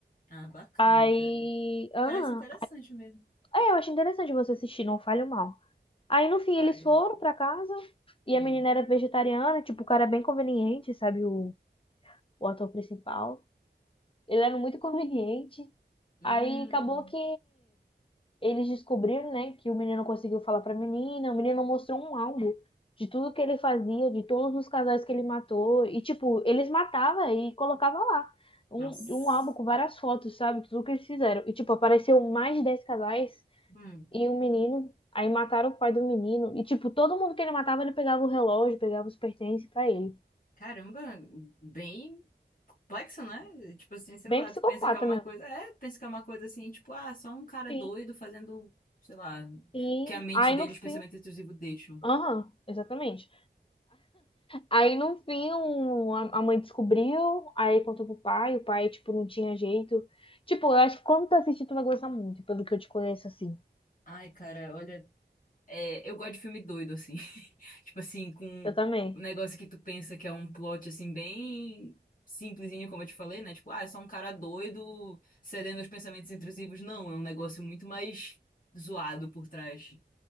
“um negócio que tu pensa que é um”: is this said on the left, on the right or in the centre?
Left